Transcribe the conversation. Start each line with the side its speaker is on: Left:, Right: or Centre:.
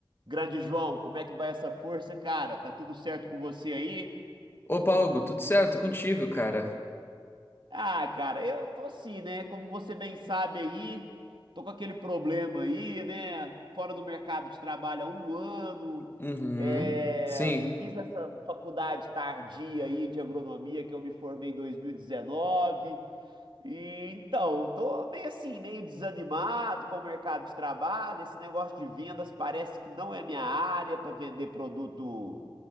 Right: Grande João, como é que vai essa força, cara? Tá tudo certo com você aí?
Left: Opa, Hugo, tudo certo? É contigo, cara.
Right: Ah, cara, eu tô assim, né? Como você bem sabe aí, tô com aquele problema aí, né? Fora do mercado de trabalho há um ano.
Left: Uhum.
Right: É,
Left: Sim,
Right: Fiz essa faculdade tardia aí de agronomia que eu me formei em 2019. E dezenove. E então, tô meio assim, meio desanimado com o mercado de trabalho. Esse negócio de vendas parece que não é minha área para vender produto